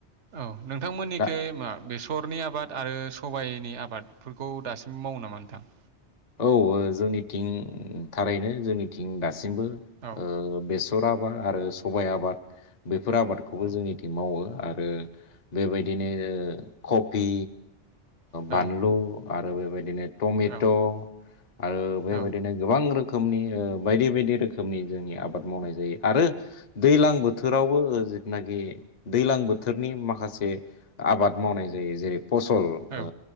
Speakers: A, on the right; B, on the left.
A: औ नोंथांमोननिखै
B: दा
A: मा बेसरनि आबाद आरो सबाय नि आबादफोरखौ दासिम मावो नामा नोंथां
B: औ जोंनिथिं थारैनो जोंनिथिं दासिमबो बेस
A: औ
B: बेसर आबाद आरो सबाय आबाद बेफोर आबादखौबो
A: औ
B: जोंनिथिं मावो आरो बेबायदिनो कफि
A: औ
B: बानलु आरो बेबायदिनो टमेट'
A: औ
B: आरो बेबायदिनो
A: औ
B: गोबां रोखोमनि बायदि बायदि रोखोमनि जोंनि आबाद मावनाय जायो आरो दैज्लां बोथोरावबो नाखि दैज्लां बोथोरनि माखासे आबाद मावनाय जायो जेरै फसल
A: औ
B: ओ